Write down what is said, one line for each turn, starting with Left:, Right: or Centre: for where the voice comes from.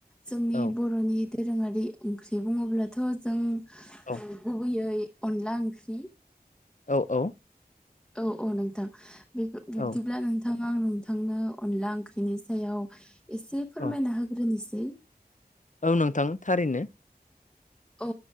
Centre: जोंनि
Left: औ
Centre: बर'नि दोरोङारि ओं ओंख्रि बुङोब्लाथ' जों
Left: औ
Centre: गुबैयै अनला ओंख्रि
Left: औ औ
Centre: औ औ नोंथां बिदिब्ला
Left: औ
Centre: नोंथाङा आं थांनो अनला ओंख्रिनि सायाव इसे फोरमायना
Left: औ
Centre: होग्रोनोसै।
Left: औ नोंथां थारैनो।
Centre: औ